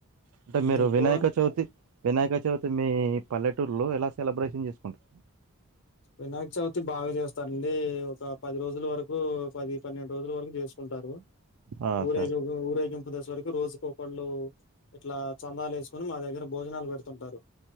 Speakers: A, on the right; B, on the left.
A: అంటే మీరు
B: ఎక్కువ
A: వినాయక చవుతి వినాయక చవితి మీ పల్లెటూర్లో ఎలా సెలబ్రేషన్ జేస్కుంట్ర్
B: వినాయక్ చవుతి బాగ జేస్తరండీ ఒకా పది రోజుల్ వరకూ పది పన్నెండ్ రోజుల వరకు జేస్ కుంటారు
A: ఆ
B: ఊరేగింపు
A: సార్
B: ఊరేగింపదేశ్ వరకు రోజుకో పండ్లూ ఇట్లా చందాలేస్కొను మా దగ్గెర భోజనాల్ వెడుతుంటారు